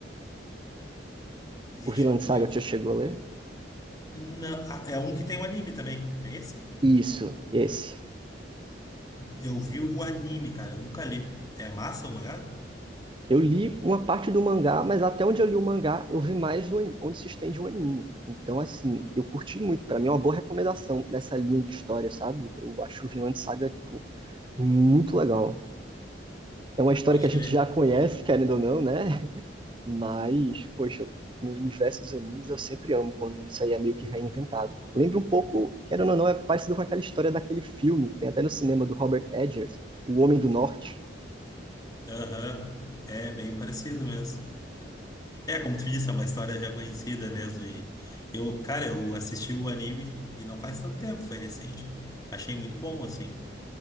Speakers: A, on the left; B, on the right.
A: Deixa
B: O Vinland
A: eu
B: Saga,
A: pensar.
B: tu já chegou a ler?
A: Na- ah, é um que tem um anime também. É esse?
B: Isso, esse.
A: Eu vi o anime, cara. Eu nunca li. É massa o mangá?
B: Eu li uma parte do mangá, mas até onde eu li o mangá, eu vi mais do ani- onde se estende o anime. Então, assim, eu curti muito. Pra mim é uma boa recomendação nessa linha de história, sabe? Eu acho Vinland Saga, tipo, muito legal. É uma história
A: Pode
B: que a gente
A: crer.
B: já conhece, querendo ou não, né? <laughs> Mas, poxa, no universo dos animes eu sempre amo quando isso aí é meio que reinventado. Lembra um pouco, querendo ou não, é parecido com aquela história daquele filme, tem até no cinema do Robert Edgers, O Homem do Norte.
A: Aham. É bem parecido mesmo. É, como tu disse, é uma história já conhecida mesmo. E eu, cara, eu assisti o anime e não faz tanto tempo, foi recente. Achei muito bom, assim.